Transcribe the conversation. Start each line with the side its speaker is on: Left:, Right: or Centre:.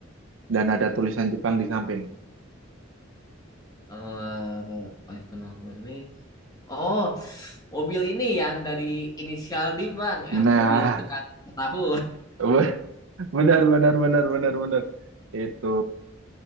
Right: dan ada tulisan Jepang di samping?
Left: Eh, ekonomi. Oh, mobil ini yang dari inisial D, Bang, yang
Right: Nah,
Left: mobil tukang tahu.
Right: <laughs> benar benar benar benar benar. Itu